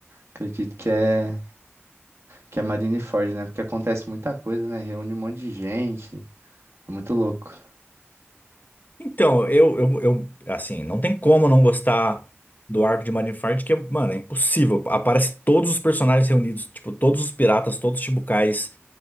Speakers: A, on the right; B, on the left.
A: Acredito que é, que é Marineford, né? Porque acontece muita coisa, né? Reúne um monte de gente. É muito louco.
B: Então, eu, eu, eu, assim, não tem como não gostar do arco de Marineford, que, mano, é impossível. Aparece todos os personagens reunidos, tipo, todos os piratas, todos os Chibukais.